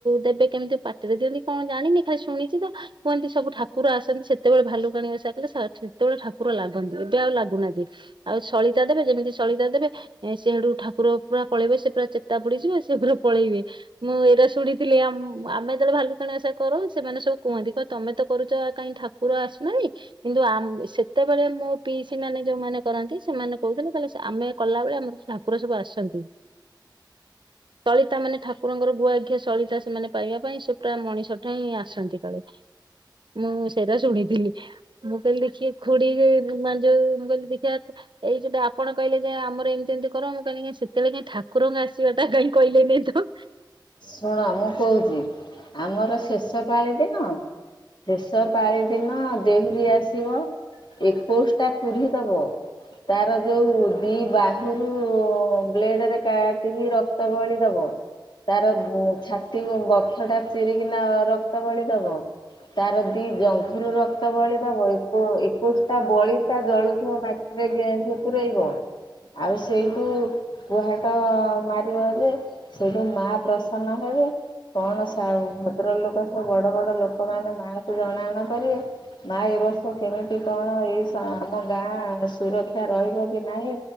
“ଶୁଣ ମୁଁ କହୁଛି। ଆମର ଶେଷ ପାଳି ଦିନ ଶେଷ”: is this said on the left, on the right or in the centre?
Left